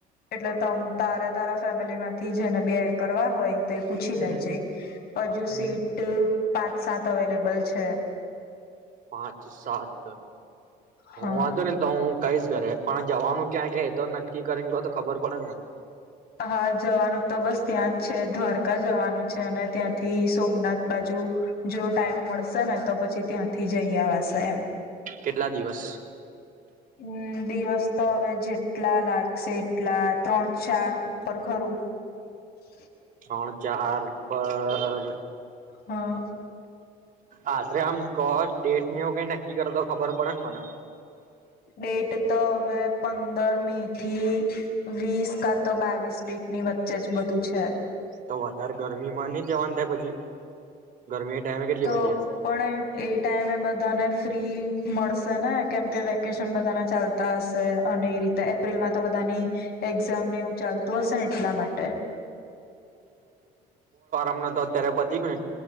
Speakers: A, on the left (about 65°); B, on the right (about 50°).
A: એટલે ત તારે તારા ફેમિલીમાંથી જેને બી એડ કરવા હોય તે પૂછી
B: હમ
A: લે હજુ
B: હમ
A: સીટ પા સાત અવેલેબલ છે
B: પાંચ, સાત,
A: હા
B: વાંધો ને તો હું કઈશ ઘરે પણ, જવાનું ક્યાંક છે એ તો નક્કી કરીને તો ખબર પડે ને મને
A: હા, જવાનું તો બસ ત્યાં જ છે, દ્વારકા જવાનું છે અને ત્યાંથી સોમનાથ બાજુ, જો ટાઈમ મળ શે ને તો પછી ત્યાંથી જઈ આવાશે એમ
B: કેટલા દિવસ
A: હમ, દિવસ તો હવે જેટલા લાગશે એટલા ત્રણ, ચાર, ઉપર ખરું <unintelligible>
B: ત્રણ, ચાર, ઉપર
A: હા
B: આશરે આમ કો ડેટ ને એવુ કઈ કર તો ખબર પડે ને મને
A: ડેટ તો હવે પંદર મે થી વીસ કા તો બાવીસ ડેટ ની વચ્ચે જ બધું છે
B: તો વધારે ગરમી માં નઈ જવાનું થાય પછી, ગરમી ટાઈમે કેટલી
A: તો
B: બધી હશે
A: પણ એ ટાઈમે બધાને ફ્રી મળશે ને કેમ કે વેકેશન બધાના ચાલતા હશે અને એ રીતે એપ્રિલમાં તો બધાની એક્ઝામ ને ચાલતું હશે ને એટલા માટે
B: હમણાં તો અત્યારે પતિ કો ન